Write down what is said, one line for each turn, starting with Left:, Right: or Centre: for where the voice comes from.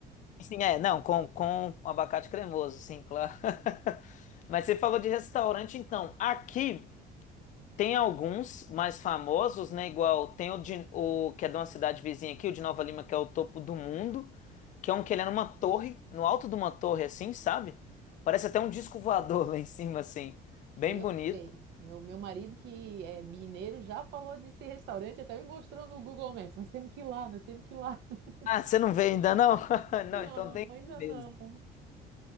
Left: Sim, é, não, com, com abacate cremoso, sim, claro. <laughs> Mas você falou de restaurante, então. Aqui tem alguns mais famosos, né? Igual tem o, de, o que é de uma cidade vizinha aqui, o de Nova Lima, que é o topo do mundo, que é um que ele é numa torre, no alto de uma torre, assim, sabe? Parece até um disco voador <laughs> lá em cima, assim. Bem
Right: Eu
Left: bonito.
Right: sei. Meu, meu marido, que é mineiro, já falou desse restaurante, até me mostrou no Google Maps. Nós temos que ir lá, nós temos que ir lá. <laughs>
Left: Ah, você não vê ainda, não? <laughs>
Right: Não,
Left: Não, então tem que
Right: ainda
Left: ir mesmo.
Right: não.